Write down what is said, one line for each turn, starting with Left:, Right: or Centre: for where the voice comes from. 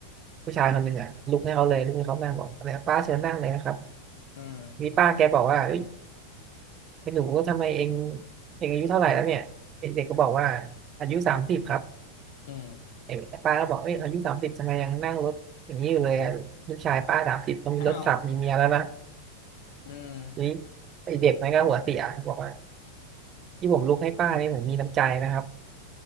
Right: ผู้ชายคนหนึ่งอ่ะลุกให้เขาเลยลุกให้เขานั่งบอกอะไรป้าเชิญนั่งเลยนะครับ
Left: อืม
Right: มีป้าแกบอกว่าเอ้ยเป็นหนูทำไมเองเองอายุเท่าไหร่แล้วเนี่ยเด็กๆก็บอกว่าอายุสามสิบครับ
Left: อืม
Right: ไอ้ป้าก็บอกเอ้ยอายุสามสิบทำไมยังนั่งรถอย่างนี้อยู่เลยอะลูกชายป้าสามสิบเขามีรถขับมีเมียแล้วนะ
Left: อ้าวอืม
Right: ทีนี้ไอ้เด็กมันก็หัวเสียบอกว่าที่ผมลุกให้ป้านี่ผมมีน้ำใจนะครับ